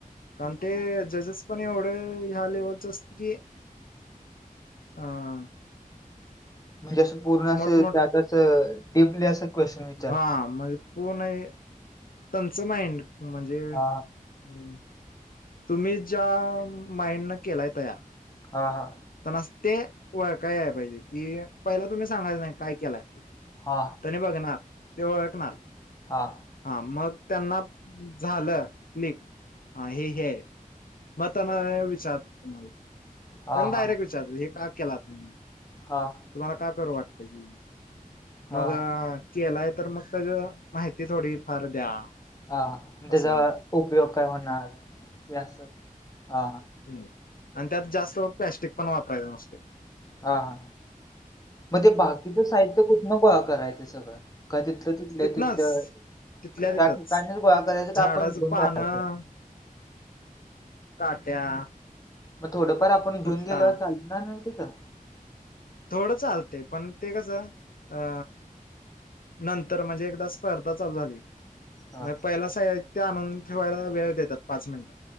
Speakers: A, on the left (about 75°); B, on the left (about 25°).
A: कारण जजेस पण एवढे या लेवलचे असतात की हा
B: म्हणजे असं..., पूर्ण असं...,
A: मोठमोठ
B: त्यात असं.., डीपली असं क्वेशन विचारतात
A: हा म्हणजे पूर्ण हे त्यांचं माइंड म्हणजे
B: हा
A: हम तुम्ही ज्या माइंडनं केलाय तयार
B: हा-हा
A: पण असं ते ओळखाय याय पाहिज कि, पहिला तुम्ही सांगायचं नाही काय केलाय.
B: हा
A: तेंनी बघणार ते ओळखणार
B: हा
A: हा मग त्यांना झालं क्लिक हा हे हे आहे मग त्यांना विचारतो तुम्हाला
B: हा
A: त्यांनी डायरेक्ट
B: हा
A: विचारतात हे का केला तुम्ही?
B: हा
A: तुम्हाला का करू वाटतं ही
B: हा,
A: मग केलाय तर मग त्याचं माहिती थोडी-फार द्या.
B: हा मग त्याचा
A: असं
B: उपयोग काय होणार हे असं हा
A: हम आणि त्यात जास्त प्लॅस्टिक पण वापरायचं नसतय
B: हा हा मग ते बाकीचं साहित्य कुठनं गोळा करायचं सगळं का तिथल्या तिथलं
A: तिथनच
B: तिथलं
A: तिथल्या
B: त्या
A: तिथंच
B: ठिकाणीच गोळा करायच काय
A: झाडाच
B: आपण घेऊन
A: पानं
B: जायाचं
A: काट्या
B: मग थोडंफार आपण घेऊन
A: पुट्टा
B: गेल्यावर चालणार नाही तिथं?
A: थोडं चालतय, पण ते कसं अ नंतर म्हणजे एकदा स्पर्धा चालू झाली
B: हां,
A: मग पहिला साहित्य आणून ठेवायला वेळ देतात पाच मिनिटं.